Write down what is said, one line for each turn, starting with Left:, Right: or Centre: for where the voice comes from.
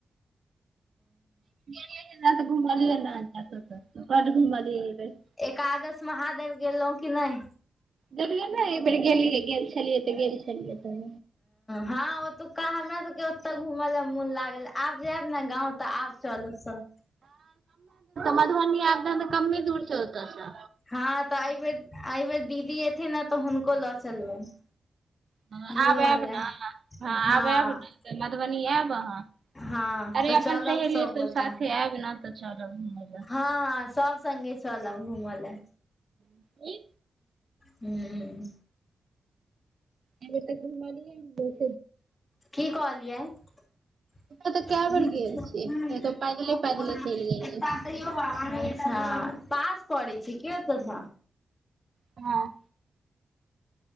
Right: <unintelligible>
Left: एकादस महादेव गेलऊ कि नहि
Right: दखलियै ने एहि बेर गेलियै गेल छलियै तऽ गेल छलियै तऽ
Left: हँ ओतुका हमरा सभके ओतऽ घुमय ल मोन लागल आब जायब ने गाव तऽ आब चलब सभ
Right: मधुबनी त कमे दूर छै ओता से
Left: हँ तऽ एहि बेर एहि बेर दीदी एथिन ने तऽ हुनको लऽ चलबनि
Right: ह
Left: घूमऽ
Right: आब आयब
Left: लए
Right: ने ह
Left: हँ
Right: आब आयब ने तऽ मधुबनी आयब अहाँ
Left: हँ
Right: अरे
Left: तऽ चलब
Right: अपन सहेलीयो
Left: सबगोटा
Right: सभ साथे आयब न तऽ चलब घूमे
Left: हँ हँ सभ सङ्गे चलब घूमऽ ल
Right: लए
Left: हू।
Right: एय बेर तऽ घुमलिये ने बहुते
Left: कि कहलियै <unintelligible>
Right: ओतऽ तऽ कए बेर गेल छियै नहि तऽ पैदले पैदले चलि गेलियै
Left: अच्छा पास पड़ै छै कि ओतऽ सँ
Right: ह